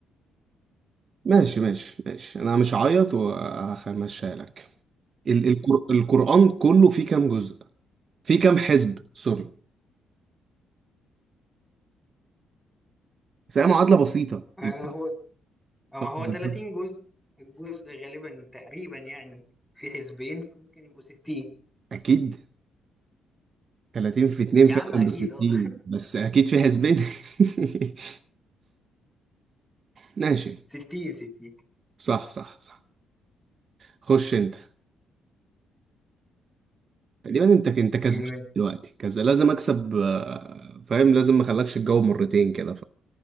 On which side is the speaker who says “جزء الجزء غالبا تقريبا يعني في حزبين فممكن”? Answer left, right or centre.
Centre